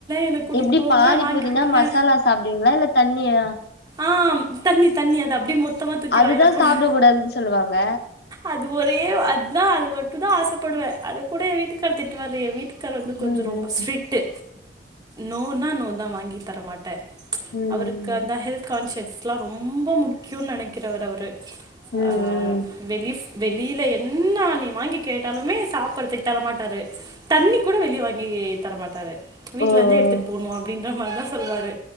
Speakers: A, on the right; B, on the left.
A: என்ன கூட்டிட்டு
B: எப்டி
A: போங்க
B: பானி
A: வாங்கி
B: பூரினா
A: குடுங்க
B: மசாலா சாப்டுவீங்களா இல்ல தண்ணியா
A: ஆம் தண்ணி தண்ணி அத அப்டே மொத் தமா தூக்கி
B: அதுதா
A: வாய்ல போட்ற
B: சாப்ட கூடாதுன்னு சொல்லுவாங்க
A: அது ஒரே அத்தா அது மட்டும் தா ஆசப்படுவே அது கூட என் வீட்டுக்கார் திட்டுவாரு என் வீட்டுக்காரு கொஞ்சோ
B: ம்
A: ரொம்ப ஸ்ட்ரிக்டு நோனா நோ தா வாங்கி தரமாட் ட
B: ம் ம்
A: அவருக்கு அந்த ஹெல்த் கான்சியஸ்ல்லா ரொம்போ முக்கியோன் நனைக் கிறவரு அவரு சா
B: ம் ம்
A: இந்த லிஃப் வெளியில என்னா நீ வாங்கி கேட்டாலுமே சாப்புட்றதுக்கு தரமாட்டாரு தண்ணி கூட வெளிய வாங் மீ தரமாட்டாரு வீட்லந்தே
B: ஓ ஓ
A: எடுத்துட்டு போணு அப்புடின் இந்த மார் தா சொல்வாரு